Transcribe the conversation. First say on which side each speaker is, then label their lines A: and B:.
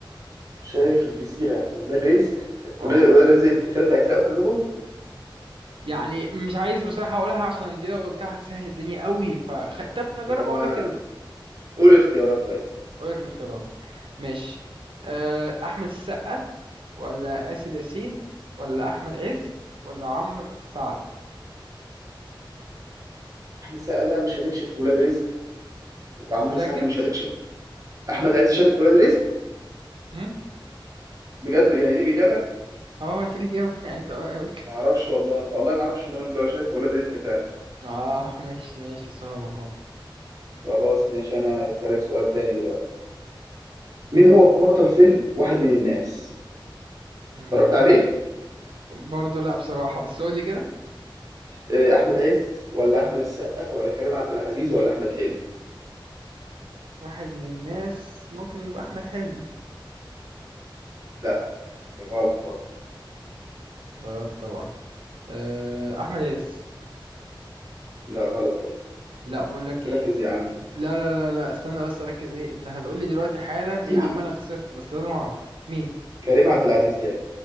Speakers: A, on the right; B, on the right.
A: شايف
B: مثلا
A: الجزيرة ولاد رزق
B: اه
A: ولاد ولاد رزق في ثلاث أجزاء كلهم
B: يعني مش عايز بصراحة اقولها عشان دي لو قلتها سهل الدنيا قوي ف خ- طب نجرب
A: طب ما هو
B: اقول
A: أنا
B: لك ال...
A: قول الاختيارات طيب
B: اقول لك الاختيارات ماشي آه احمد السقا ولا آسر ياسين ولا احمد عز ولا عمرو سعد
A: أحمد سقا ما شاركش في ولاد رزق وعمرو
B: متأكد؟
A: سعد ما شاركش في أحمد عايز يشارك في ولاد رزق
B: هم؟
A: بجد يعني دي الإجابة
B: اه <laughs> دي الإجابة يعني انت قلت
A: ما أعرفش والله والله ما أعرفش إن هو لو شارك في ولاد رزق فعلا
B: اه ماشي ماشي صعب اهو
A: خلاص ماشي أنا هسألك سؤال تاني دلوقتي مين هو بطل فيلم واحد من الناس
B: امم
A: اتفرجت عليه
B: برضه لا بصراحة بس قولي كده
A: آه، أحمد عز ولا أحمد السقا ولا كريم عبد العزيز ولا أحمد حلمي
B: واحد من الناس ممكن يبقى أحمد حلمي
A: لا غلط طبعا
B: غلط طبعا آه، أحمد عز
A: لا غلط برضه
B: لا بقول لك ايه
A: ركز يا عم
B: لا لا لا لا استنى بس ركز ايه انت هتقولي دلوقتي حالا
A: <clears throat>
B: يا عم انا
A: <laughs>
B: خسرت بس لازم اعرف مين
A: كريم عبد العزيز يا